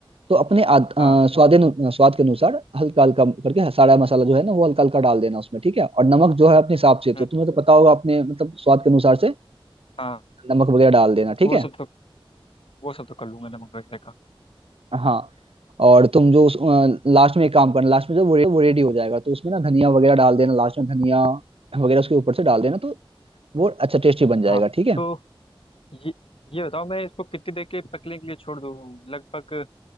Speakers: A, on the right; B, on the left.
A: तो अपने आद- अ,
B: हाँ
A: स्वादे अनु- स्वाद के अनुसार हल्का हल्का करके सारा मसाला जो है ना वो हल्का हल्का डाल देना उसमें ठीक है और नमक जो है अपने हिसाब से तो
B: हम्म,
A: तुम्हें तो पता होगा अपने मतलब स्वाद के अनुसार से
B: हाँ
A: नमक वगैरह डाल देना ठीक
B: वो सब
A: है
B: तो वो सब तो कर लूंगा नमक वगैरह का
A: हाँ और तुम जो उस लास्ट में एक काम करना लास्ट में जब वो रे, वो रेडी हो जाएगा तो उसमें ना धनिया वगैरह डाल देना लास्ट में धनिया वगैरह उसके ऊपर से डाल देना तो वो अच्छा टेस्टी बन जाएगा
B: हाँ
A: ठीक है
B: तो ये ये बताओ मैं इसको कितनी देर के पकने के लिए छोड़ दूँ लगभग